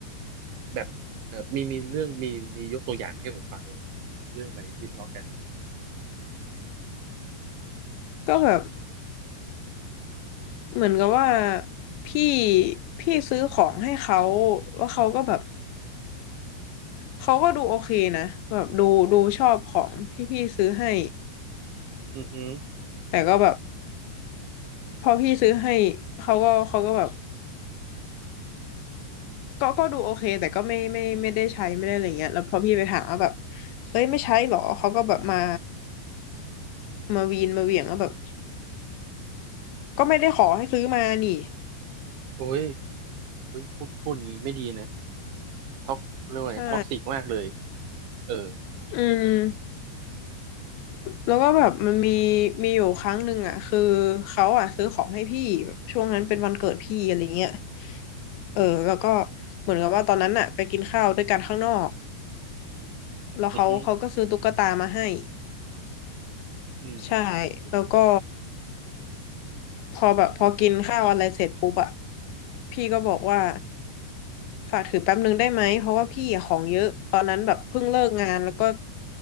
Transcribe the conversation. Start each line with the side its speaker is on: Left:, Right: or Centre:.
Right: แบบเออมีมีเรื่องมีมียกตัวอย่างให้ผมฟังเลยไหมเรื่องอะไรที่ทะเลาะกัน
Left: ก็แบบเหมือนกับว่าพี่พี่ซื้อของให้เขาว่าเขาก็แบบเขาก็ดูโอเคนะแบบดูดูชอบของที่พี่ซื้อให้
Right: อ่าอือฮึ
Left: แต่ก็แบบพอพี่ซื้อให้เขาก็เขาก็แบบ ก็ก็ดูโอเคแต่ก็ไม่ไม่ไม่ได้ใช้ไม่ได้อะไรเงี้ยแล้วพอพี่ไปถามว่าแบบเฮ้ยไม่ใช้หรอเขาก็แบบมามาวีนมาเหวี่ยงว่าแบบก็ไม่ได้ขอให้ซื้อมานี่
Right: โอ้ยเฮ้ยพูดพูดอย่างนี้ไม่ดีนะ ท็อกเรียกว่าไงท็อกซิกมากเลย
Left: ใช่
Right: เออ
Left: อืมแล้วก็แบบมันมีมีอยู่ครั้งหนึ่งอ่ะคือเขาอ่ะซื้อของให้พี่แบบช่วงนั้นเป็นวันเกิดพี่อะไรเงี้ยเออแล้วก็เหมือนกับว่าตอนนั้นอ่ะไปกินข้าวด้วยกันข้างนอกแล้วเขาเขาก็ซื้อตุ๊กตามาให้
Right: อือฮึอืม
Left: ใช่แล้วก็ พอแบบพอกินข้าวอะไรเสร็จปุ๊บอะพี่ก็บอกว่าฝากถือแป๊บนึงได้ไหมเพราะว่าพี่อะของเยอะตอนนั้นแบบเพิ่งเลิกงานแล้วก็